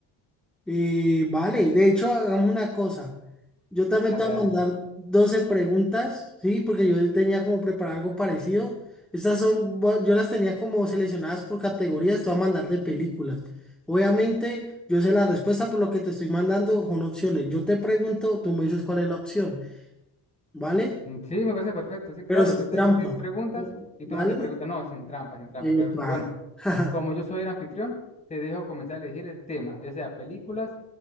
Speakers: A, in the centre; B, on the left (about 15°).
A: Eh, vale, de hecho, hagamos una cosa. Yo también
B: Dale,
A: te voy
B: dale.
A: a mandar 12 preguntas, sí, porque yo tenía como preparar algo parecido. Estas son, bu- yo las tenía como seleccionadas por categorías, te voy a mandar de películas. Obviamente, yo sé la respuesta por lo que te estoy mandando, son opciones. Yo te pregunto, tú me dices cuál es la opción. ¿vale?
B: Mm, Sí, me parece perfecto. Sí, claro,
A: Pero sin
B: yo te
A: trampa,
B: hago a ti preguntas y
A: ¿vale?
B: tú me haces preguntas. No, sin trampa, sin trampa,
A: Epa.
B: claro está. Bueno,
A: <laughs>
B: como yo soy el anfitrión, te dejo comenzar a elegir el tema, ya sea películas